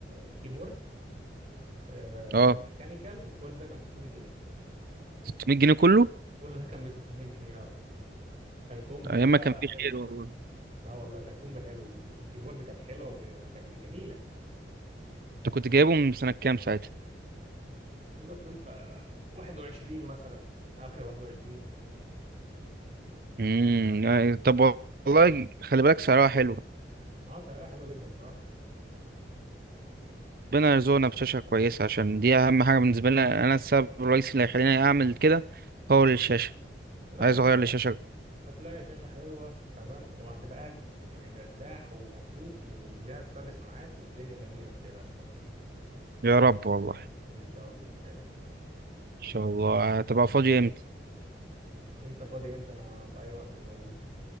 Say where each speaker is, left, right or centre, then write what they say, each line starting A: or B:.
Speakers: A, on the right; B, on the right.
A: وكيبورد آه،
B: اه
A: ميكانيكال كل ده كان ب 600 جنيه
B: 600 جنيه كله
A: كل ده كان ب 600 جنيه اه كان كومبو
B: أيام
A: كده
B: ما كان في
A: حلو
B: خير والله
A: اه والله كان كومبو حلو وال- والكيبورد كانت حلوه وب- وكانت جميله
B: أنت كنت جايبه من سنة كام ساعتها؟
A: تقدر تقول في 21 مثلا اخر 21
B: امم يعني طب والله خلي بالك سعرها حلو
A: اه سعرها حلوه جدا بصراحه
B: ربنا يرزقنا بشاشة كويسة عشان دي أهم حاجة بالنسبة لنا أنا السبب الرئيسي اللي هيخليني أعمل كده هو الشاشة
A: لا
B: عايز
A: ما تقلقش
B: أغير لشاشة
A: هتلاقي شاشه حلوه تمام وهتبقى قاعد م- مرتاح ومبسوط والجهاز سلس معاك والدنيا جميله ما تقلقش خالص
B: يا رب والله ان
A: ان شاء الله ما تقلقش
B: شاء الله هتبقى فاضي امتى
A: انت فاضي امتى انا في اي وقت موجود